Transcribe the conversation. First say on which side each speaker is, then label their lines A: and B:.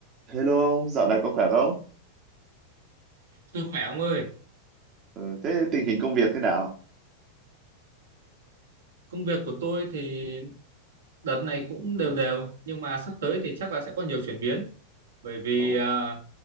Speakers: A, on the right (about 30°); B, on the right (about 65°).
A: Hello ông, dạo này có khỏe không?
B: Tôi khỏe ông ơi,
A: Ờ, thế tình hình công việc thế nào?
B: công việc của tôi thì đợt này cũng đều đều nhưng mà sắp tới thì chắc là sẽ có nhiều chuyển biến bởi vì
A: Ồ,
B: à,